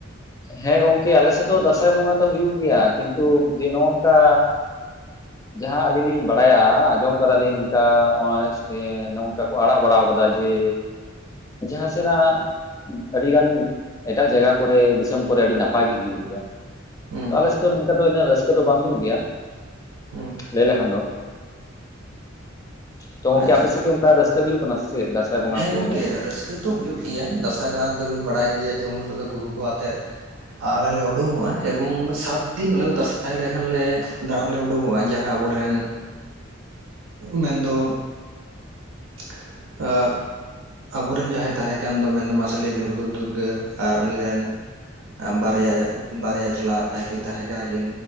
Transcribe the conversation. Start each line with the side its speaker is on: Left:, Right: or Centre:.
Left: ᱦᱮᱸ ᱜᱚᱝᱠᱮ ᱟᱞᱮ ᱥᱮᱫ ᱫᱚ ᱫᱟᱸᱥᱟᱭ ᱵᱚᱸᱜᱟ ᱫᱚ ᱦᱩᱭᱩᱜ ᱜᱮᱭᱟ᱾ ᱠᱤᱱᱛᱩ ᱡᱮ ᱱᱚᱝᱠᱟ ᱡᱟᱦᱟᱸ ᱟᱹᱞᱤᱧ ᱞᱤᱧ ᱵᱟᱲᱟᱭᱟ, ᱟᱸᱡᱚᱢ ᱠᱟᱫᱟᱞᱤᱧ ᱠᱟ ᱱᱚᱜᱼᱚᱭ ᱱᱚᱝᱠᱟ ᱟᱲᱟᱜ ᱵᱟᱲᱟᱣ ᱠᱟᱫᱟ ᱡᱮ ᱡᱟᱦᱟᱸ ᱥᱮᱱᱟᱜ ᱟᱹᱰᱤ ᱜᱟᱱ ᱮᱴᱟᱜ ᱡᱟᱭᱜᱟ ᱠᱚᱨᱮ ᱫᱤᱥᱚᱢ ᱠᱚᱨᱮ ᱟᱹᱰᱤ ᱱᱟᱯᱟᱭ ᱜᱮ ᱦᱩᱭᱩᱜ ᱜᱮᱭᱟ᱾
Right: ᱦᱩᱸ
Left: ᱛᱚ ᱟᱞᱮ ᱥᱮᱫ ᱫᱚ ᱱᱚᱝᱠᱟ ᱫᱚ ᱩᱱᱟᱹᱜ ᱨᱟᱹᱥᱠᱟᱹ ᱫᱚ ᱵᱟᱝ ᱦᱩᱭᱩᱜ ᱜᱮᱭᱟ
Right: ᱦᱩᱸ
Left: ᱞᱟᱹᱭ ᱞᱮᱠᱷᱟᱱ ᱫᱚ ᱛᱚ ᱜᱚᱢᱠᱮ
Right: ᱟᱪᱪᱷᱟ
Left: ᱟᱯᱮ ᱥᱮᱫ ᱜᱮ ᱚᱱᱠᱟ ᱨᱟᱹᱥᱠᱟᱹ ᱦᱩᱭᱩᱜ ᱠᱟᱱᱟ ᱪᱮᱫ ᱵᱚᱸᱜᱟ
Right: ᱦᱮᱸ
Left: ᱠᱚ
Right: ᱜᱚᱢᱠᱮ
Left: ᱮᱱᱮᱡ?
Right: ᱨᱟᱹᱥᱠᱟᱹ ᱫᱚ ᱦᱩᱭᱩᱜ ᱜᱮᱭᱟ, ᱫᱟᱸᱥᱟᱭ ᱫᱟᱲᱟ ᱛᱮᱫᱚ ᱵᱤᱱ ᱵᱟᱲᱟᱭ ᱜᱮᱭᱟ ᱡᱮ, ᱩᱱ ᱦᱤᱞᱳᱜ ᱫᱚ ᱜᱩᱨᱩ ᱠᱚ ᱟᱛᱮᱜ ᱟᱞᱮᱞᱮ ᱩᱰᱩᱝᱚᱜᱼᱟ ᱮᱵᱚᱝ ᱥᱟᱛ ᱫᱤᱱ ᱟᱞᱮ ᱫᱚ ᱫᱟᱸᱥᱟᱭ ᱞᱮᱠᱷᱟᱱ ᱞᱮ ᱫᱟᱬᱟᱱ ᱞᱮ ᱩᱰᱩᱠᱚᱜᱼᱟ ᱡᱟᱦᱟᱸ ᱟᱵᱚᱨᱮᱱ ᱢᱮᱱ ᱫᱚ <unintelligible> ᱟᱵᱚᱨᱮᱱ ᱡᱟᱦᱟᱸᱭ ᱛᱟᱦᱮᱸ ᱠᱟᱱ ᱫᱚ ᱢᱮᱱᱫᱚ ᱢᱟᱥᱮ ᱞᱟᱹᱭ ᱵᱤᱱ ᱦᱩᱫᱩᱨ ᱫᱩᱨᱜᱟᱹ ᱟᱨ ᱩᱱᱤ ᱨᱮᱱ ᱵᱟᱨᱭᱟ ᱵᱟᱨᱭᱟ ᱪᱟᱞᱟᱜ ᱡᱟᱦᱟᱸᱭ ᱠᱤᱱ ᱛᱟᱦᱮᱸ ᱠᱟᱱᱟ ᱠᱤᱱ